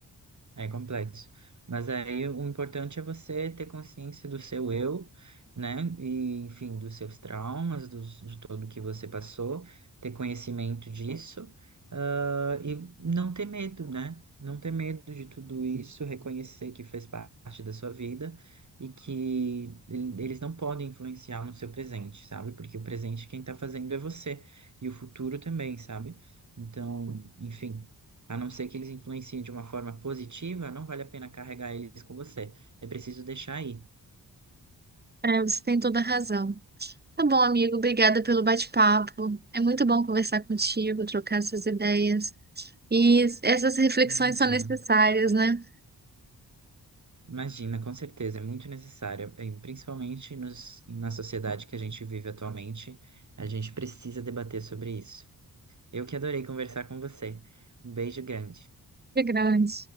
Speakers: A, on the right; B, on the right.
A: É complexo. Mas aí o importante é você ter consciência do seu eu, né? E, enfim, dos seus traumas, dos, de tudo que você passou, ter conhecimento disso, ah, e não ter medo, né? Não ter medo de tudo isso, reconhecer que fez parte da sua vida e que ele- eles não podem influenciar no seu presente, sabe? Porque o presente quem tá fazendo é você e o futuro também, sabe? Então, enfim. A não ser que eles influenciem de uma forma positiva, não vale a pena carregar eles com você. É preciso deixar aí.
B: É, você tem toda a razão. Tá bom, amigo. Obrigada pelo bate-papo. É muito bom conversar contigo, trocar essas ideias. E essas reflexões
A: Imagina,
B: são necessárias, né?
A: imagina, com certeza, é muito necessário, eh, principalmente nos, na sociedade que a gente vive atualmente, a gente precisa debater sobre isso. Eu que adorei conversar com você. Um beijo grande.
B: Que grande.